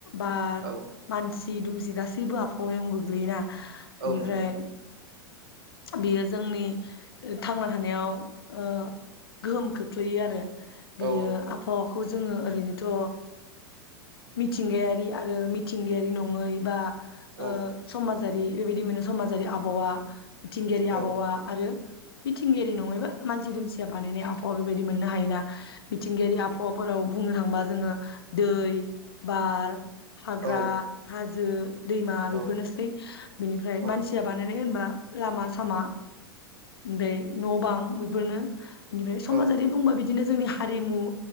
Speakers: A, on the left; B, on the right.
A: बार
B: औ
A: मानसि सि दुमसि गासैबो आबहावायाव गोग्लैयोना। बेनिफ्राय
B: औ नंगौ
A: बेयो जोंनि थांना थानायाव ओ गोहोम खोख्लैयो आरो।
B: औ
A: बियो आबहावाखौ ज जोङो ओरैनोथ' मिथिंगायारि आरो मिथिंगायारि नङै बा
B: औ
A: ओह समाज जारि बेबायदि मोनो समाजारि आबहावा मिथिंगायारि
B: औ
A: आबहावा आरो मिथिंगायारि नङै बा मानसि दुमसिया बानायनाय आबहावा बेबायदि मोननो हायोना। मिथिंगायारि आबहावाफोराव बुंनो था बा जोङो दै, बार, हाग्रा,
B: औ
A: हाज जो । दैमा
B: औ
A: बेफोरनोसै बिनिफ्राय
B: औ
A: मानसिया बानायनाय होनबा लामा सामा दै न' बां बेफोरनो । इनिफ्राय समाजारि
B: औ
A: बुंबा बिदि बिदिनो जोंनि हारिमु